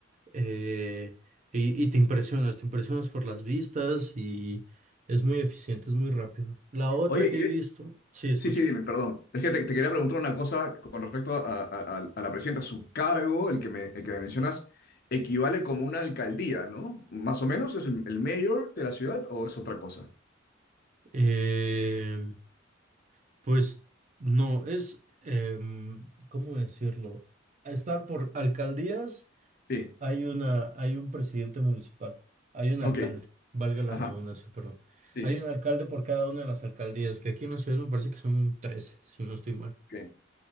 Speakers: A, on the right; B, on the left.
A: eh, y, y te impresionas, te impresionas por las vistas y es muy eficiente, es muy rápido. La otra
B: Oye,
A: que he visto, sí, escucho.
B: Sí, sí, dime, perdón. Es que te, te quería preguntar una cosa con respecto a, a- a- a la presidenta. Su cargo, el que me, el que me mencionas, equivale como una alcaldía, ¿no? Más o menos, ¿es el, el mayor de la ciudad o es otra cosa?
A: eh, pues no, es, em, ¿cómo decirlo? Está por alcaldías
B: Sí,
A: Hay una, hay un presidente municipal, hay un
B: ok,
A: alcalde, valga la
B: ajá,
A: redundancia, pero
B: sí,
A: hay un alcalde por cada una de las alcaldías, que aquí en la ciudad me parece que son 13 si no estoy mal.
B: ok,